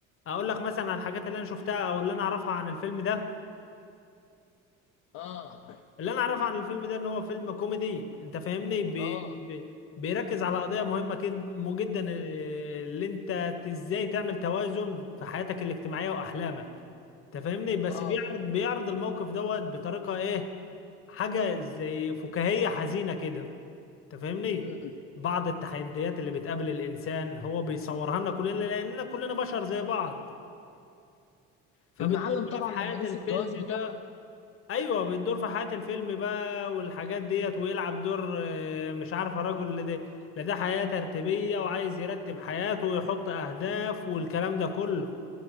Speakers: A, on the left; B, on the left.
A: اقول لك مثلا على الحاجات اللي انا شفتها او اللي انا اعرفها عن الفيلم ده
B: اه
A: اللي انا اعرفه عن الفيلم ده ان هو فيلم كوميدي انت فاهمني بي
B: اه
A: بي بيركز على قضية مهمة كد- مو جدا آه، اللي انت ت- ازاي تعمل توازن في حياتك الاجتماعية واحلامك انت فاهمني بس
B: اه
A: بيعرض بيعرض الموقف دوت بطريقة ايه حاجة زي فكاهية حزينة كده انت فاهمني
B: مم.
A: بعض التحديات اللي بتقابل الانسان هو بيصورها لنا كلنا لاننا كلنا بشر زي بعض فبتدور
B: المعلم
A: بقى
B: طبعا
A: في حياة
B: لما نسي
A: الفيلم
B: الجواز بتاعه
A: بقى ايوه بتدور في حياة الفيلم بقى والحاجات ديت ويلعب دور آه، مش عارفه رجل لا ده لا ده حياة ترتيبية وعايز يرتب حياته ويحط اهداف والكلام ده كله